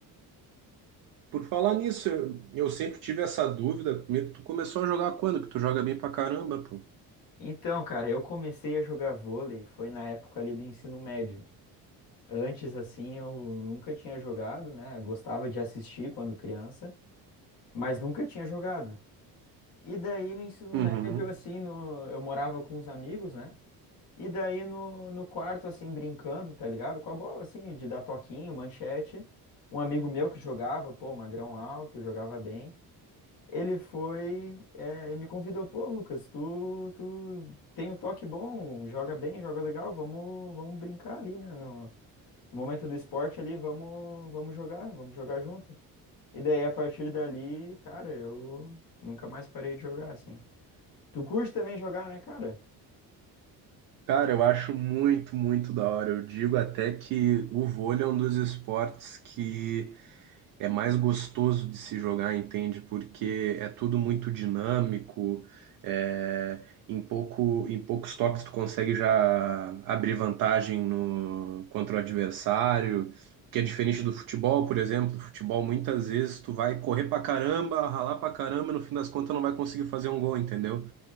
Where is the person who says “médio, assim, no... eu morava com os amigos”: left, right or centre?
Left